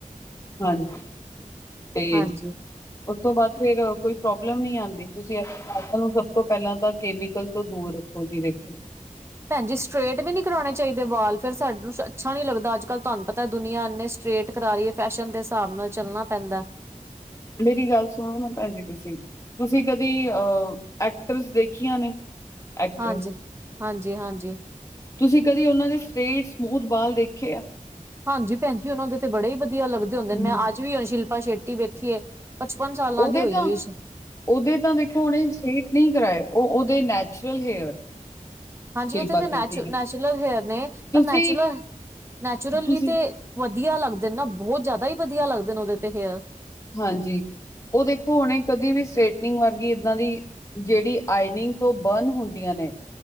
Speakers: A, on the left (about 25°); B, on the right (about 20°).
A: ਹਾਂਜੀ ਤੇ
B: ਹਾਂਜੀ
A: ਉਸ ਤੋਂ ਬਾਅਦ ਫੇਰ ਕੋਈ ਪ੍ਰੋਬਲਮ ਨੀ ਆਉਂਦੀ ਤੁਸੀਂ ਨੂੰ ਸਭ ਤੋਂ ਪਹਿਲਾਂ ਤਾਂ ਕੈਮੀਕਲ ਤੋਂ ਦੂਰ ਹੋਜੀ ਦੇਖੋ।
B: ਭੈਣਜੀ ਸਟਰੇਟ ਵੀ ਨੀ ਕਰਾਉਣੇ ਚਾਹੀਦੇ ਵਾਲ ਫਿਰ ਸਾਨੂੰ ਅੱਛਾ ਨੀ ਲੱਗਦਾ ਅੱਜ ਕੱਲ੍ਹ ਤੁਹਾਨੂੰ ਪਤਾ ਦੁਨੀਆਂ ਇੰਨੇ ਸਟਰੇਟ ਕਰਾਰੀਏ ਫੈਸ਼ਨ ਦੇ ਹਿਸਾਬ ਨਾਲ ਚੱਲਣਾ ਪੈਂਦਾ।
A: ਮੇਰੀ ਗੱਲ ਸੁਣੋ ਨਾ ਭੈਣ ਜ ਤੁਸੀਂ- ਤੁਸੀਂ ਕਦੀ ਅਹ ਐਕਟਰਸ ਦੇਖੀਆਂ ਨੇ। ਐਕਟਰ
B: ਹਾਂਜੀ -ਹਾਂਜੀ -ਹਾਂਜੀ
A: ਤੁਸੀਂ ਕਦੀ ਉਹਨਾਂ ਦੇ ਸਟੇਟ ਸਮੂਥ ਬਾਲ ਦੇਖੇ ਆ
B: ਹਾਂਜੀ ਭੈਣ ਜ ਉਹਨਾਂ ਦੇ ਤੇ ਬੜੇ ਹੀ ਵਧੀਆ ਲੱਗਦੇ ਹੁੰਦੇ
A: ਹਮ,
B: ਮੈਂ ਅੱਜ ਵੀ ਸ਼ਿਲਪਾ ਸ਼ੇਟੀ ਵੇਖੀਏ ਪਚਪਨ ਸਾਲਾਂ
A: ਉਹਦੇ
B: ਦੀ ਹੋਈ
A: ਤਾਂ
B: ਹੋਈ
A: ਉਹਦੇ ਤਾਂ ਦੇਖੋ ਉਹਨੇ ਸਟੇਟ ਨਹੀਂ ਕਰਵਾਏ ਉਹ ਉਹਦੇ ਨੈਚੁਰਲ ਹੇਅਰ
B: ਹਾਂਜੀ
A: ਸ਼ਿਲਪਾ
B: ਉੱਥੇ ਤਾਂ ਨੈਚ
A: ਸ਼ੈਟੀ
B: ਨੈਚੁਰਲ
A: ਦੇ
B: ਹੇਅਰ ਨੇ ਪਰ
A: ਤੁਸੀਂ
B: ਨੈਚੁਰਲ ਨੈਚੁਰਲ
A: ਤੁਸੀਂ
B: ਵੀ ਤੇ ਵਧੀਆ ਲੱਗਦੇ ਨੇ ਨਾ ਬਹੁਤ ਜ਼ਿਆਦਾ ਹੀ ਵਧੀਆ ਲੱਗਦੇ ਨੇ ਉਹਦੇ ਤੇ ਫੇਅਰ
A: ਹਾਂਜੀ ਉਹ ਦੇਖੋ ਹੁਣੇ ਕਦੇ ਵੀ ਸਟ੍ਰੇਟਨਿੰਗ ਵਰਗੀ ਇੱਦਾਂ ਦੀ ਜਿਹੜੀ ਆਈਨਿੰਗ ਤੋਂ ਬਰਨ ਹੁੰਦੀਆਂ ਨੇ